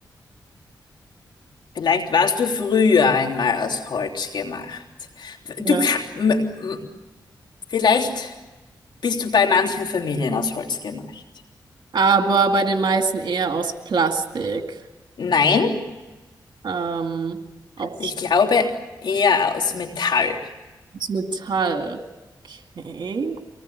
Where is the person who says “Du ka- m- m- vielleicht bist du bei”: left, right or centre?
Left